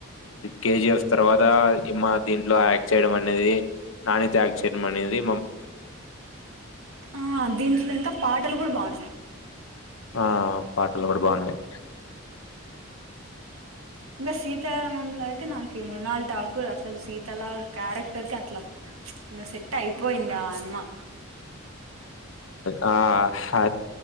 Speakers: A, on the left (about 70°); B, on the right (about 75°).
A: కేజీఎఫ్ తర్వాత ఇమ్మ దీంట్లో యాక్ట్ చేయడం అనేది నాణ్యత యాక్ట్ చేయ మనేది
B: ఆ దీంట్లో ఇంకా పాటలు కూడా బాగున్నాయి
A: ఆ పాటలు కూడా బాగున్నాయి
B: ఇంకా సీతారామంలో అయితే నాకు మృణాల్ ఠాకూర్ అసలు సీతల క్యారెక్టర్ కి అట్లా సెట్ అయిపోయింది ఆ అమ్మ
A: ఆ ఆ